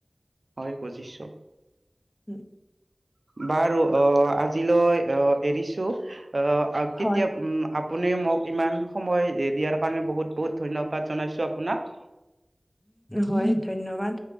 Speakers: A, on the right (about 60°); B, on the left (about 30°).
A: হয় বুজিছো
B: উম
A: বাৰু অ আজিলৈ অহ এৰিছো অ আৰ
B: হয়
A: কেতিয়া আপ আপুনি মোক ইমান সময় দিয়াৰ কাৰণে বহুত বহুত ধন্যবাদ জনাইছো আপোনাক।
B: হয় ধন্যবাদ।